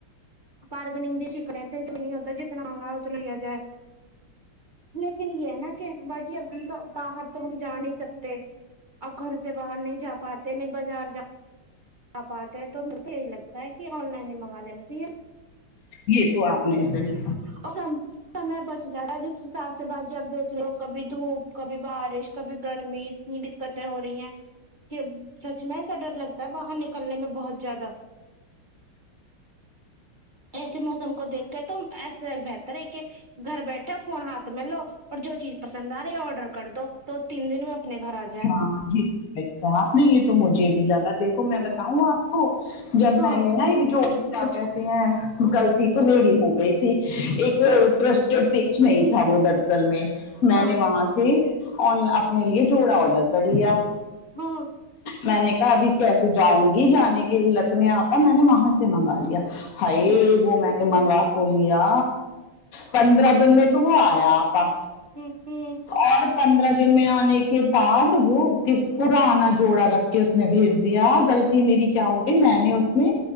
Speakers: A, on the right (about 45°); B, on the left (about 45°).
A: بارگنگ بھی سیکھنا جو ضروری ہوتا جتنا مگا اتنا لیا جائے لیکن یہ نا کہ باجی ہم تو باہر تو ہم جا نہیں سکتے اب گھر سے باہر نہیں جاتا پاتے نہیں بازار جا آ آے ہیں تو میرے تو یہی لگتا ہے کہ آن لائن ہی منگا لینا چاہیے
B: یہ تو آپ نے صحیح
A: اور سمے بچ جاتا ہے جس حساب سے بعد جب دیکھ لو کبھی دھوپ کبھی بارش کبھی گرمی اتنی دقتیں ہو رہی ہیں کہ سچ میں ایسا ڈر لگتا ہے باہر نکلنے میں بہت زیادہ ایسے موسم کو دیکھ کے تو ایسا بہتر ہے کہ گھر بیٹھے فون ہاتھ میں لو اور جو چیز پسند آ رہی ہے آڈر کر دو تو تین دن میں اپنے گھر آ جائے
B: ہاں جی اپ نے یہ تو مجھے بھی لگا دیکھو میں بتاؤں آپ کو جب
A: ہاں
B: میں نے نا ایک جو کہتے ہیں غلطی تو میری ہو گئی تھی ایک
A: ہاں
B: ٹرسٹڈ پیج نہیں تھا وہ دراصل میں میں
A: ہاں
B: نے وہاں سے اپنے لیے جوڑا آڈر کر لیا
A: ہاں
B: میں نے کہا ابھی کیسے جاؤں گی جانے کی علت میں آتا میں نے وہاں سے منگا لیا ہائی
A: ہ
B: وہ میں نے منگا تو لیا پندرہ دن میں تو وہ آیا آپا
A: ہوں ہوں
B: اور پندرہ دن میں آنے کے بعد وہ ک پرانا جوڑا رکھ کے اس میں بھیج دیا غلطی میری کیا ہو گئی میں نے اس میں